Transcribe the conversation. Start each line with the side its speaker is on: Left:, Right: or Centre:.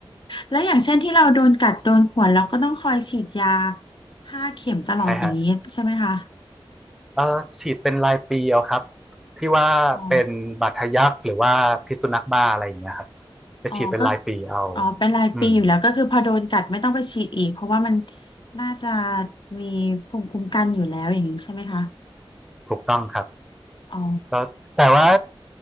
Left: แล้วอย่างเช่นที่เราโดนกัดโดนข่วนเราก็ต้องคอยฉีดยาห้าเข็มตลอดอย่างนี้ใช่ไหมคะ
Centre: <laughs> ใช่ฮะเออฉีดเป็นรายปีเอาครับที่ว่าเป็นบาดทะยักหรือว่าพิษสุนัขบ้าอะไรอย่างเงี้ยครับ
Left: อ๋อ
Centre: จะฉีดเป็นรายปีเอา
Left: อ๋อก็อ๋อเป็นรายปีอยู่แล้วก็คือพอโดนกัดไม่ต้องไปฉีดอีกเพราะว่ามัน
Centre: อืม
Left: น่าจะมีภูมิคุ้มกันอยู่แล้วอย่างนี้ใช่ไหมคะ
Centre: ถูกต้องครับ
Left: อ๋อ
Centre: แแต่ว่า